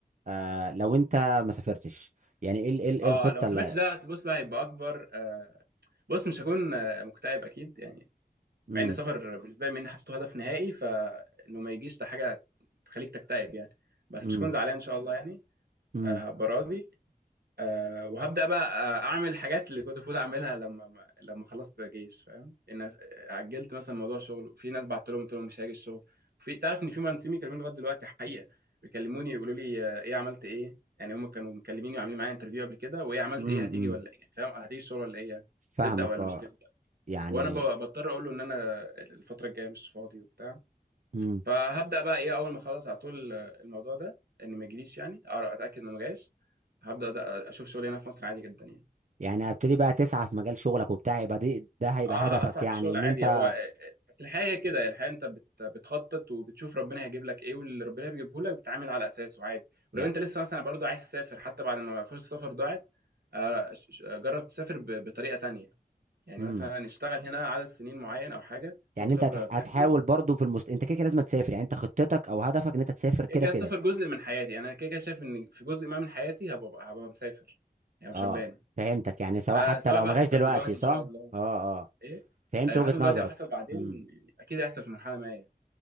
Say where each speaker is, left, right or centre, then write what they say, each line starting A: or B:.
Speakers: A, on the right; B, on the right.
A: أه لو انت ما سافرتش يعني ايه ال- ايه ال- إيه
B: اه
A: الخطه
B: لو ما
A: اللي
B: سافرتش ده بص بقى هيبقى اكبر آه بص مش هكون آه، مكتئب اكيد يعني
A: امم
B: مع ان السفر بالنسبه لي من حطيته هدف نهائي فانه ما يجيش ده حاجه تخليك تكتئب يعني بس
A: امم.
B: مش هكون زعلان ان شاء الله يعني
A: امم
B: آه، هبقى راضي أه وهبدا بقى آه، اعمل حاجات اللي كنت المفروض اعملها لما ما- لما خلصت جيش فاهم ان أنا اجلت مثلا موضوع شغل في ناس بعت لهم قلت لهم مش هاجي الشغل في تعرف ان في مهندسين بيكلموني لغايه دلوقتي حقيقه بيكلموني يقولوا لي آه، ايه عملت ايه يعني هم كانوا مكلميني وعاملين معايا انترفيو قبل كده وايه عملت
A: امم
B: ايه هتيجي
A: امم
B: ولا ايه فاهم هتيجي الشغل ولا ايه يعني
A: فاهمك
B: تبدا ولا
A: اه
B: مش تبدا
A: يعني
B: وانا ب- بضطر اقول له ان انا الفتره الجايه مش فاضي وبتاع
A: امم
B: فهبدا بقى ايه اول ما خلاص على طول الموضوع ده ان ما يجيليش يعني أقرأ- اتاكد انه ما جايش هبدا أد- اشوف شغل هنا في مصر عادي جدا يعني
A: يعني هبتدي بقى تسعى في مجال شغلك وبتاع يبقى دي ده هيبقى
B: اه
A: هدفك
B: اسعى
A: يعني
B: في الشغل
A: ان
B: عادي
A: انت
B: هو بس الحياه هي كده الحياه انت بت... بتخطط وبتشوف ربنا هيجيب لك ايه واللي ربنا بيجيبه لك بتتعامل على اساسه عادي
A: يعني
B: ولو انت لسه مثلا برضو عايز تسافر حتى بعد ما فرصه السفر ضاعت آه، ش- ش- جرب تسافر ب... بطريقه تانية يعني
A: امم
B: مثلا اشتغل هنا عدد سنين معين او حاجه خد
A: يعني
B: خبره
A: انت هتح-
B: كافيه
A: هتحاول برضو في المست انت كده كده لازم تسافر يعني انت خطتك او هدفك ان انت تسافر كده
B: كده كده
A: كده
B: السفر جزء من حياتي يعني انا كده كده شايف ان في جزء ما من حياتي هبقى هبقى مسافر يعني
A: اه
B: مش هبقى هنا
A: فهمتك يعني سواء
B: فسواء
A: حتى لو
B: بقى
A: ما جاش
B: حصل
A: دلوقتي
B: دلوقتي
A: صح
B: ان شاء الله
A: اه اه
B: ايه
A: فهمت
B: ايوه
A: وجهة
B: حصل دلوقتي
A: نظرك
B: او حصل بعدين
A: امم
B: اكيد هيحصل في مرحله ما يعني